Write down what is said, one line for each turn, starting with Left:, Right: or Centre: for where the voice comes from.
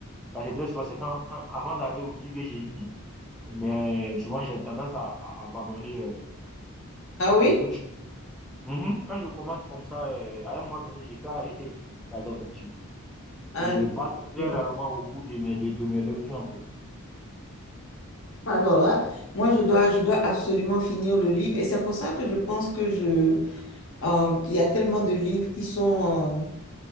Centre: parce que très souvent, c'est quand, quand, avant d'aller au lit que je lis, mais souvent, j'ai tendance à, à abandonner euh,
Left: Ah oui?
Centre: mon coach. Mm -hmm. Quand je commence comme ça, euh, à un moment donné, je peux arrêter la lecture.
Left: Ah,
Centre: Et j'ai pas très
Left: non.
Centre: rarement au bout de mes, de, de mes lectures, en fait.
Left: alors là, moi, je dois, je dois absolument finir le livre et c'est pour ça que je pense que je, euh, il y a tellement de livres qui sont... euh,